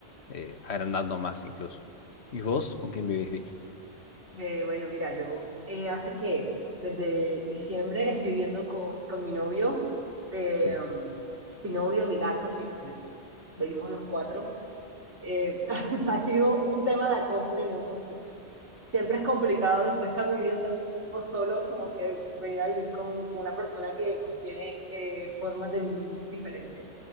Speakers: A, on the left; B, on the right.
A: eh, agrandando más incluso. ¿Y vos con quién vivís, Vicky?
B: Eh, bueno, mira, yo eh, hace que desde diciembre <laughs> estoy viviendo con, con mi novio, eh,
A: Sí.
B: mi novio, mi gato y mi perrita. Vivimos los cuatro. eh, <laughs> ha sido un tema de acople, ¿no? Porque pues siempre es complicado después que ha vivido tanto tiempo solo, como que venir a vivir con, con una persona que pues tiene eh, formas de vivir diferentes.